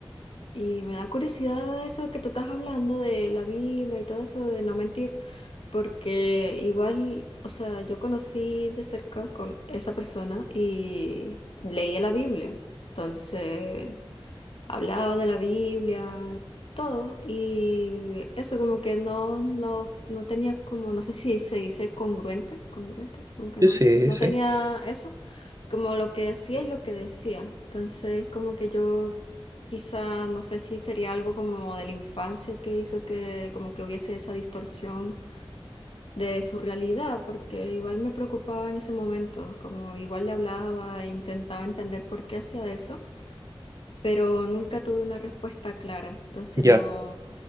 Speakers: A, on the left; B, on the right.
A: Y me da curiosidad eso que tú estás hablando de la Biblia y todo eso de no mentir, porque igual, o sea, yo conocí de cerca con esa persona y leía la Biblia. Entonces... hablaba de la Biblia, todo, y eso como que no, no, no tenía como, no sé si se dice congruente, congruente, como que
B: Sí,
A: no,
B: sí,
A: no
B: sí.
A: tenía eso, como lo que hacía y lo que decía. Entonces como que yo quizá, no sé si sería algo como de la infancia que hizo que como que hubiese esa distorsión de su realidad, porque igual me preocupaba en ese momento, como igual le hablaba e intentaba entender por qué hacía eso pero nunca tuve una respuesta clara. Entonces
B: Ya,
A: no,